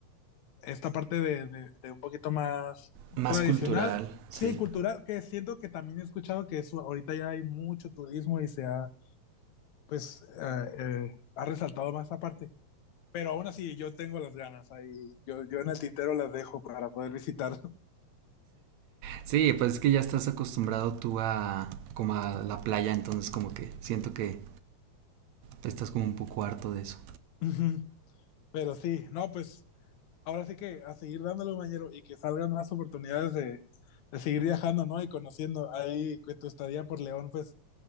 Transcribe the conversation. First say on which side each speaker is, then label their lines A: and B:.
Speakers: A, on the left (about 75°); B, on the right (about 75°).
A: esta parte de, de, de un poquito más
B: Más
A: tradicional,
B: cultural, sí.
A: sí, cultural, que siento que también he escuchado que eso, ahorita ya hay mucho turismo y se ha, pues, eh, eh, ha resaltado más esa parte. Pero aún así, yo tengo las ganas ahí, yo, yo en el tintero las dejo para poder visitar.
B: Sí, pues es que ya estás acostumbrado tú a como a la playa, entonces como que siento que estás como un poco harto de eso.
A: <laughs> Ujú. Pero sí, no, pues ahora sí que a seguir dándole un y que salgan más oportunidades de, de seguir viajando, ¿no? Y conociendo ahí que tu estadía por León, pues